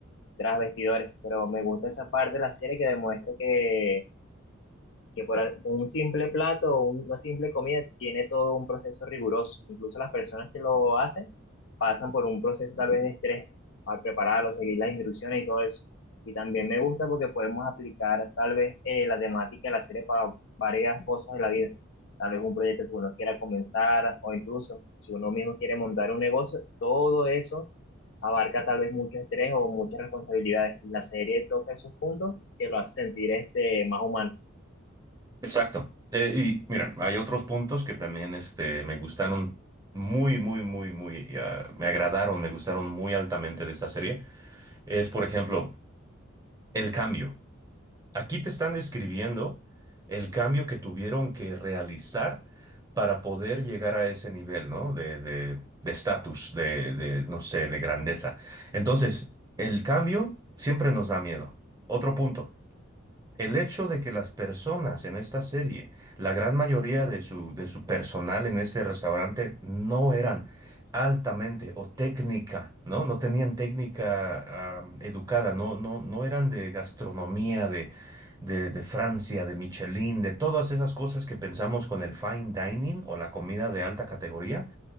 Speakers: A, on the left; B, on the right.
A: tras vestidores, pero me gusta esa parte de la serie que demuestra que que por al- un simple plato o una simple comida tiene todo un proceso riguroso. Incluso las personas que lo hacen pasan por un proceso tal vez de estrés al prepararlo, seguir las instrucciones y todo eso. Y también me gusta porque podemos aplicar tal vez eh, la temática de la serie para varias cosas de la vida. Tal vez un proyecto que uno quiera comenzar o incluso si uno mismo quiere montar un negocio, todo eso abarca tal vez mucho estrés o muchas responsabilidades. La serie toca esos puntos que lo hace sentir este, más humano.
B: Exacto. Eh, y mira, hay otros puntos que también este, me gustaron muy, muy, muy, muy, ah, me agradaron, me gustaron muy altamente de esta serie. Es, por ejemplo, el cambio. Aquí te están describiendo el cambio que tuvieron que realizar para poder llegar a ese nivel, ¿no? De, de, de estatus, de, de, no sé, de grandeza. Entonces, el cambio siempre nos da miedo. Otro punto. El hecho de que las personas en esta serie, la gran mayoría de su, de su personal en este restaurante, no eran altamente o técnica, ¿no? No tenían técnica am, educada, no, no, no eran de gastronomía, de, de, de Francia, de Michelin, de todas esas cosas que pensamos con el fine dining o la comida de alta categoría.